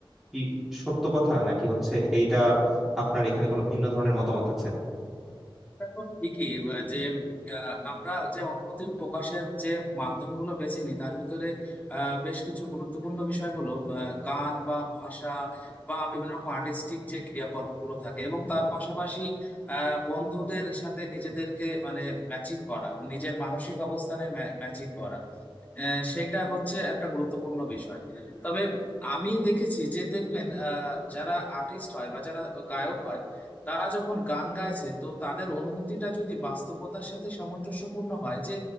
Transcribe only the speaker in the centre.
কি সত্য কথা নাকি হচ্ছে এইটা আপনার এখানে কোনো ভিন্ন ধরনের মতামত আছে